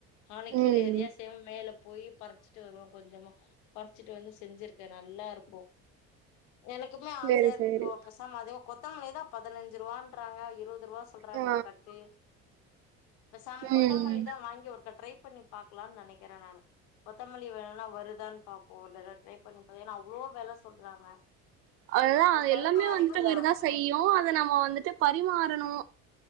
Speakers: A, on the left; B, on the right.
A: ஆனக்கிழ
B: ம்
A: எதயா
B: ம்
A: செய்வ மேல போயி பறிச்சிட்டு வருவோ கொஞ்சமா பறிச்சிட்டு வந்து செஞ்சிருக்கே நல்லா இருக்கூ எனக்குமே
B: சேரி
A: ஆசயாருக்கு
B: சேரி
A: இப்போ பெசாம அதுவு கொத் த்தமலிதா பதினஞ்சி ரூவான்றாங்க இருவத் து ரூவா சொல்றாங்க
B: ஆ
A: கட்டு சம் கொத்தமல்லி
B: ம்
A: தா வாங்கி ஒருக்கா ட்ரை பண்ணி பாக்கலான் நெனைக்கிறே நானு கொத்தமல்லி வேனா வருதான் பாப்போ அத ட்ரை பண்ணி ஏனா அவ்ளோ வெல சொல்றாங்க
B: அதுதா
A: அது பரிமாறிக்கலா
B: எல்லாமே வந்துட்டு வருதா செய்யூ
A: ம்
B: அத நம்ம வந்துட்டு பர் ரிமாறணு